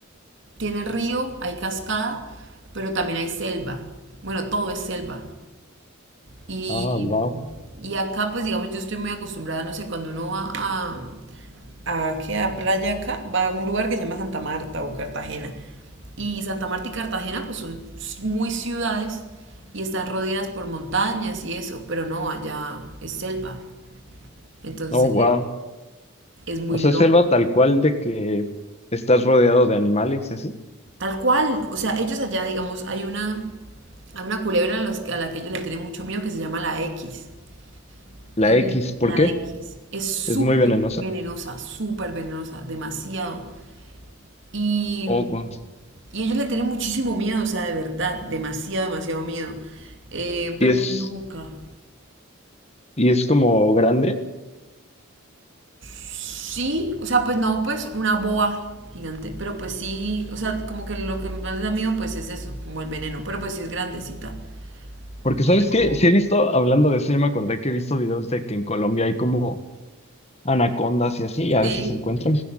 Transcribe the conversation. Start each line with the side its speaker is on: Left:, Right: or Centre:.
Right: tiene río, hay cascada, pero también hay selva. Bueno, todo es selva. Y,
Left: ah, wow.
Right: y acá, pues digamos, yo estoy muy acostumbrada, no sé, cuando uno va a... ¿A qué? A playa acá, va a un lugar que se llama Santa Marta o Cartagena. Y Santa Marta y Cartagena, pues son muy ciudades y están rodeadas por montañas y eso, pero no, allá es selva. Entonces,
Left: Oh, wow.
Right: es muy
Left: O sea,
Right: loco.
Left: selva tal cual de que estás rodeado de animales y así.
Right: Tal cual, o sea, ellos allá, digamos, hay una, hay una culebra a, los- a la que ellos le tienen mucho miedo que se llama la X.
Left: La
Right: Y
Left: X, ¿por
Right: la
Left: qué?
Right: X es súper
Left: Es muy venenosa.
Right: venenosa, súper venenosa, demasiado. Y,
Left: Oh, wow.
Right: y ellos le tienen muchísimo miedo, o sea, de verdad, demasiado, demasiado miedo. Eh,
Left: Y
Right: pero
Left: es,
Right: pues nunca.
Left: y es como grande.
Right: Sí, o sea, pues no, pues una boa gigante, pero pues sí, o sea, como que lo que más les da miedo, pues es eso, como el veneno, pero pues sí es grandecita.
Left: Porque,
Right: Pero
Left: ¿sabes qué? Sí he visto, hablando de eso, yo me acordé que he visto videos de que en Colombia hay como anacondas y así, y a
Right: sí.
Left: veces se encuentran,